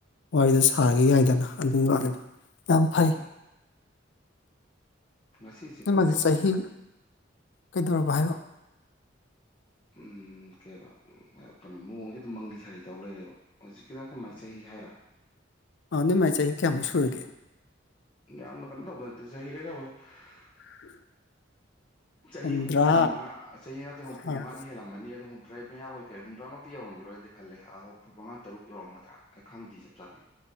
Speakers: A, on the left; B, on the left.
A: ꯋꯥꯔꯤꯗꯨ ꯁꯥꯔꯒ ꯌꯥꯏꯗꯅ ꯑꯗꯨꯒꯤ ꯋꯥꯅꯤꯗ ꯌꯥꯝ ꯐꯩ
B: ꯎꯝ ꯉꯁꯤꯁꯦ ꯀꯩꯅꯣ
A: ꯅꯣꯏ ꯃꯥꯁꯦ
B: ꯇꯧꯋꯤꯅꯦ
A: ꯆꯍꯤ ꯀꯩꯗꯧꯔꯕ ꯍꯥꯏꯔꯛꯑꯣ
B: ꯎꯝ ꯀꯩꯕ ꯀꯩꯅꯣ ꯅꯣꯡꯖꯦ ꯑꯗꯨꯝ ꯃꯪꯂꯤ ꯁꯥꯔꯤ ꯇꯧꯔ ꯂꯩꯔꯦꯕ ꯍꯧꯖꯤꯛꯀꯤꯗꯣ ꯑꯩꯈꯣꯏ ꯃꯥꯒꯤ ꯆꯍꯤ ꯍꯥꯏꯔꯣ
A: ꯑꯥ ꯅꯣꯏ ꯃꯥꯒꯤ ꯆꯍꯤ ꯀꯌꯥꯃꯨꯛ ꯁꯨꯔꯒꯦ
B: ꯌꯥꯝꯅ ꯀꯩꯅꯣ ꯇꯧꯕ ꯅꯠꯇꯦ ꯆꯍꯤ <unintelligible>
A: <inaudible>
B: ꯆꯍꯤ
A: ꯍꯨꯝꯗ꯭ꯔꯥ
B: ꯍꯨꯝꯐꯨ ꯃꯉꯥ ꯆꯍꯤ ꯅꯠꯇꯦ ꯍꯨꯝꯐꯨ
A: ꯑꯥ
B: ꯃꯉꯥꯗꯤ ꯍꯦꯜꯂꯝꯃꯅꯤ ꯑꯗꯨ ꯍꯨꯝꯗ꯭ꯔꯥ ꯃꯌꯥꯑꯣꯏ ꯀꯩ ꯍꯨꯝꯗ꯭ꯔꯥꯃꯛ ꯇꯤ ꯌꯧꯔꯝꯒꯤ ꯔꯣꯏꯗꯤ ꯈꯜꯂꯦ ꯑꯥ ꯍꯨꯝꯐꯨꯠ ꯃꯉꯥ ꯇꯔꯨꯛ ꯌꯧꯔꯝꯃꯗ꯭ꯔꯥ ꯑꯩ ꯈꯪꯗꯤꯌꯦ ꯆꯞ ꯆꯥꯕꯤ